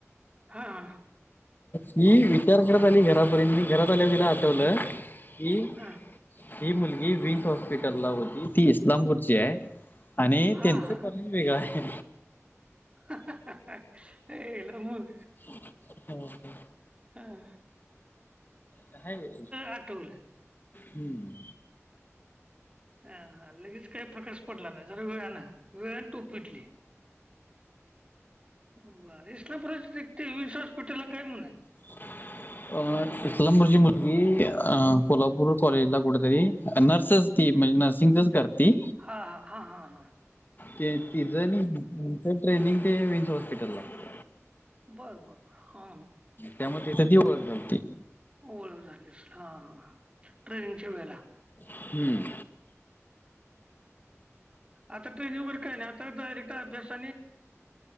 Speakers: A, on the right (about 20°); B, on the left (about 40°).
A: हां, हां.
B: ही विचार करत आली घरापर्यंत, मी घरात आल्यावर तिला आठवलं की
A: हां.
B: ही मुलगी विनस हॉस्पिटलला होती, ती इस्लामपूरची आहे. आणि
A: हां,
B: त्यांचं
A: हां.
B: कॉलेज वेगळं आहे.
A: <unintelligible> मग
B: हा हा.
A: हा.
B: काय हे, ग
A: आठवलं.
B: हम्
A: अ लगेच काय प्रकाश पडला नाही, जरा वेळान, वेळान टूप पीटली. बर, इस्लामपुरात <unintelligible> विनस हॉस्पिटलला काय म्हण
B: <inaudible> अ इस्लामपूरची मुलगी, अ कोल्हापूर कॉलेजला कुठेतरी, नर्सेस ती म्हणजे नर्सिंगचच करती
A: हा हा हा हा हा.
B: ते तिचं नी हिज ट्रेनिंग ते विन्स हॉस्पिटलला आहे.
A: बर बर बर, हा
B: त्यामुळे तिथं ती ओळख
A: ह.
B: झाली होती.
A: ओळख झाली असल, हा हा ट्रेनिंगच्या वेळेला.
B: हम्म.
A: आता ट्रेनिंग वगैरे काय नाही, आता डायरेक्ट अभ्यास